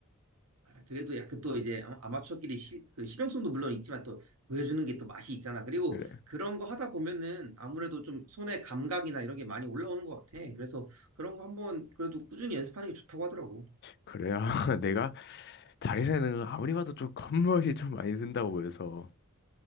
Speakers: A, on the right; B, on the left.
A: 아, 그래도 약간 또 이제 아- 아마추어끼리 시, 그 실용성도 물론 있지만 또 보여주는 게 또 맛이 있잖아. 그리고
B: 그래.
A: 그런 거 하다 보면은 아무래도 좀 손의 감각이나 이런 게 많이 올라오는 것 같아. 그래서 그런 거 한번 그래도 꾸준히 연습하는 게 좋다고 하더라고.
B: 그래야 <laughs> 내가 다리 사이에 넣는 거 아무리 봐도 좀 겉멋이 좀 많이 든다고 보여서.